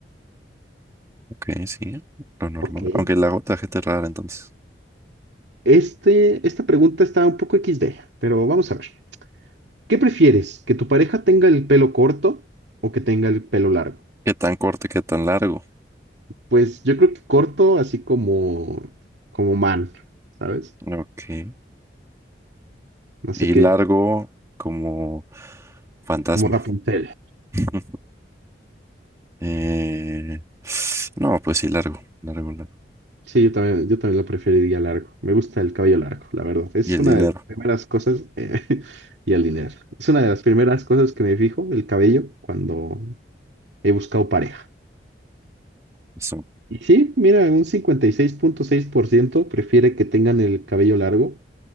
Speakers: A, on the right (about 15°); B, on the right (about 80°).
A: Ok, sí, lo normal.
B: Ok.
A: Aunque la otra gente es rara, entonces.
B: Este, esta pregunta está un poco XD, pero vamos a ver. ¿Qué prefieres? ¿Que tu pareja tenga el pelo corto o que tenga el pelo largo?
A: ¿Qué tan corto y qué tan largo?
B: Pues yo creo que corto, así como, como man, ¿sabes?
A: Ok.
B: No sé
A: Y
B: qué,
A: largo como fantasma.
B: como Rapunzel.
A: <laughs> Eh, no, pues sí, largo, largo, largo.
B: Sí, yo también, yo también lo preferiría largo. Me gusta el cabello largo, la verdad. Es
A: Y el
B: una
A: dinero,
B: de las primeras cosas, eh, <laughs> y el dinero. Es una de las primeras cosas que me fijo, el cabello, cuando he buscado pareja.
A: eso,
B: Y sí, mira, un cincuenta y seis seis punto seis por ciento prefiere que tengan el cabello largo